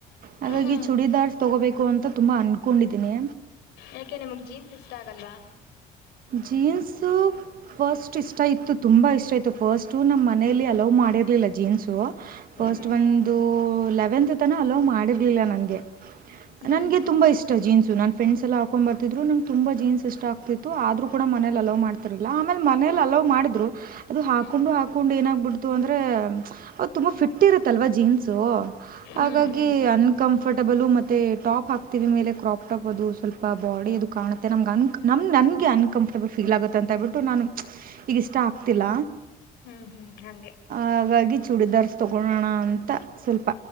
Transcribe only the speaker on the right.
ಹಾಗಾಗಿ
ಚೂಡಿದಾರ್ ತೊಗೋಬೇಕು ಅಂತ ತುಂಬಾ ಅನ್ಕೊಂಡಿದ್ದೀನಿ
ಜನ್ಸ್ ಸ ಫಸ್ಟ್ ಇಷ್ಟ ಇತ್ತು ತುಂಬಾ ಇಷ್ಟ ಇತ್ತು ಫಸ್ಟು ನಮ್ಮ ಮನೆಯಲ್ಲಿ ಅಲೋ ಮಾಡಿರಲಿಲ್ಲ ಜೀನ್ಸು ಫಸ್ಟ್
ಒಂದು ಲೆವೆಂತ್ ತನ ಅಲೋ ಮಾಡಿರ್ಲಿಲ್ಲ ನನ್ಗೆ ನಂಗೆ
ತುಂಬ ಇಷ್ಟ ಜೀನ್ಸನನ್ ಫ್ರೆಂಡಸ್ ಎಲ್ಲ ಹಾಕೊಂಡ್ ಬರ್ತಿದ್ರು ನಂಗೆ ತುಂಬಾ ಜೀನ್ಸ್ ಎಷ್ಟ ಆಗ್ತ ಆದ್ರೂ ಕೂಡ ಮನೇಲಿ ಅಲೋ ಮಾಡ್ತಾರಲಿಲ್ಲ ಆಮೇಲೆ ಮನೇಲಿ ಅಲೋ ಮಾಡಿದ್ರು ಅದು ಹಾಕೊಂಡು
ಹಾಕೊಂಡು ಏನಾಗ್ಬಿಡ್ ಅಂದ್ರೆ ಅ ತುಂಬಾ ಫಿಟ್ ಇರುತ್ತಲ್ವಾ ಜೀನ್ಸು
ಹಾಗಾಗಿ
ಅನ್ಕಂಫರ್ ಕಫರ್ಟಬಲ್ ಮತ್ತೆ ಟಾಪ್ ಹಾಕ್ತೀವಿ ಮೇಲೆ ಕ್ರಾಪ್ ಟಾಪ್ ಅದು ಸ್ವಲ್ಪ ಬಾಡಿ ಅದು ಕಾಣುತ್ತೆ ನಮ ನ ನ ಗೆ ಅನ್ಕಂಫರ್ಟಬಲ್ ಫೀಲ್ ಆಗುತ್ತೆ ಅಂತ ಹೇಳ್ಬಿಟ್ಟು ನಾನು ಈಗಿಷ್ಟ ಆಗ್ತಿಲ್ಲ
ಹಾಗಾಗಿ ಚೂಡಿದಾರ್ಸ್ ತಗೊಳ್ಳಳೋಣ ಅಂತ ಸ್ವಲ್ಪ